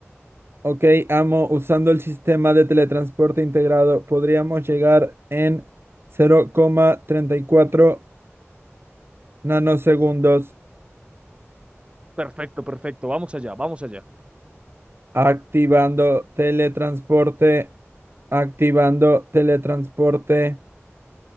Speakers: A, on the right; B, on the right.
A: Ok, amo, usando el sistema de teletransporte integrado, podríamos llegar en cero coma treinta y cuatro nanosegundos
B: Perfecto, perfecto, vamos allá, vamos allá.
A: activando teletransporte, activando teletransporte,